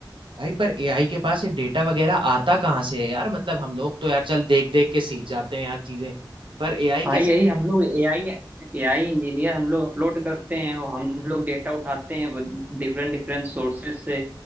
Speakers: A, on the right; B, on the right.
A: भाई पर एआई के पास ये डेटा वगैरह आता कहाँ से है यार मतलब हम लोग तो यार चल देख देख के सीख जाते हैं यार चीजें पर एआई कैसे
B: भाई यही हम लोग एआई एआई इंजीनियर हम लोग अपलोड करते हैं और हम लोग डेटा उठाते हैं डिफरेंट डिफरेंट सोर्सेस से